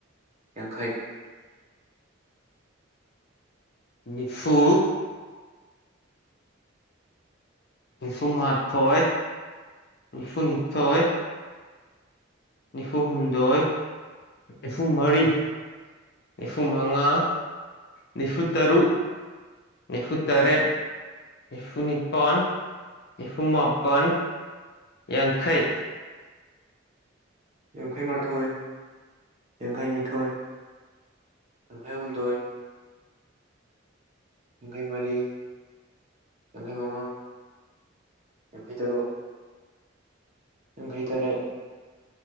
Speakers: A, on the right; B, on the left.
A: ꯌꯥꯡꯈꯩ
B: ꯅꯤꯐꯨ ꯅꯤꯐꯨꯃꯥꯊꯣꯏ ꯅꯤꯐꯨꯅꯤꯊꯣꯏ ꯅꯤꯐꯨ ꯍꯨꯝꯗꯣꯏ ꯅꯤꯐꯨ ꯃꯔꯤ ꯅꯤꯐꯨ ꯃꯉꯥ ꯅꯤꯐꯨ ꯇꯔꯨꯛ ꯅꯤꯐꯨꯇꯔꯦꯠ ꯅꯤꯐꯨꯅꯤꯄꯥꯜ ꯅꯤꯐꯨꯃꯄꯟ ꯌꯥꯡꯈꯩ
A: ꯌꯦꯡꯈꯩ ꯃꯥꯊꯣꯏ ꯌꯦꯡꯈꯩꯅꯤ ꯊꯣꯏ ꯌꯥꯡꯈꯩ ꯍꯨꯝꯗꯣꯏ ꯌꯥꯡꯈꯩ ꯃꯔꯤ ꯌꯥꯡꯈꯩ ꯃꯉꯥ ꯌꯥꯡꯈꯩ ꯇꯔꯨꯛ ꯌꯥꯡꯈꯩꯇꯔꯦꯠ